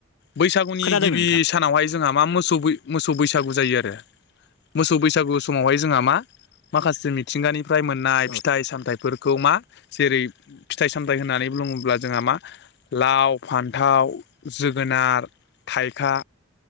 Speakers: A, on the left (about 55°); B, on the left (about 80°).
A: बैसागुनि
B: खोनादों
A: गिबि
B: नोंथां
A: सानावहाय जोंहा मा मोसौ बै मोसौ बैसागु जायो आरो मोसौ बैसागु समावहाय जोंहा मा माखासे मिथिंगानि फ्राय मोननाय
B: औ
A: फिथाइ सामथाइफोरखौ मा जेरै- फिथाइ सामथाइ होननानै बुङोब्ला जोंहा मा लाव फान्थाव जोगोनार थाइखा